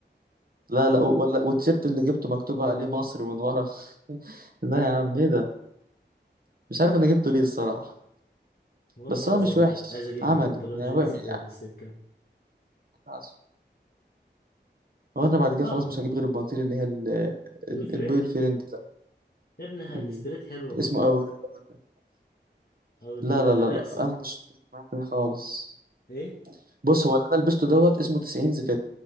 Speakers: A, on the right; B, on the left.
A: لا لا ولا والتيشيرت اللي جبته مكتوب عليه مصر من ورا <laughs> لا يا عم ايه ده مش عارف انا جبته ليه الصراحة
B: برضه
A: بس
B: عايز
A: هو مش
B: أج...
A: وحش
B: عايز اجيب
A: عملي
B: لي بنطلون
A: يعني
B: جينز
A: هو يعني
B: كده في السكة
A: خلاص، هو انا بعد كده
B: طقم
A: خلاص مش هجيب غير البناطيل اللي هي ال-
B: بوي
A: ال-
B: فريند
A: البوي فريند ده
B: يا ابني هاي
A: مم.
B: الاستريت حلوة برضه
A: اسمه اور اور
B: او الريلاكسد
A: لا لا لا لا انا مش بيجي معايا كده خالص
B: ايه
A: بص هو اللي انا لبسته دوت اسمه 90 زفت